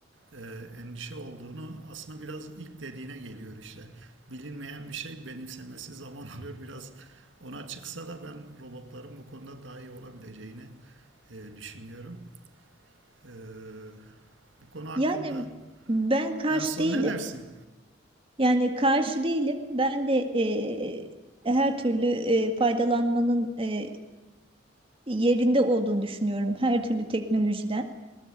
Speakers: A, on the right (about 75°); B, on the right (about 30°).
A: e, endişe olduğunu aslında biraz ilk dediğine geliyor işte. Bilinmeyen bir şey benimsemesi zaman <laughs> alıyor biraz ona çıksa da ben robotların bu konuda daha iyi olabileceğini e, düşünüyorum. Ee, bu konu hakkında
B: Yani ben karşı
A: en son
B: değilim.
A: ne dersin?
B: Yani karşı değilim. Ben de eee, her türlü eee, faydalanmanın eee, yerinde olduğunu düşünüyorum. Her türlü teknolojiden.